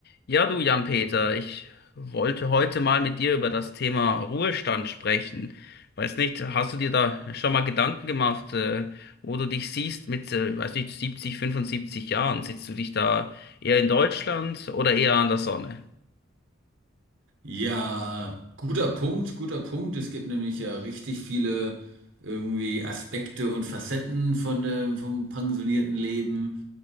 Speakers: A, on the left; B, on the right.
A: Ja, du Jan-Peter, ich wollte heute mal mit dir über das Thema Ruhestand sprechen. Weiß nicht, hast du dir da schon mal Gedanken gemacht, äh, wo du dich siehst mit, äh, ich weiß nicht, 70, 75 Jahren? Sitzt du dich da eher in Deutschland oder eher an der Sonne?
B: Ja, guter Punkt, guter Punkt. Es gibt nämlich ja richtig viele irgendwie Aspekte und Facetten von dem, vom pensionierten Leben.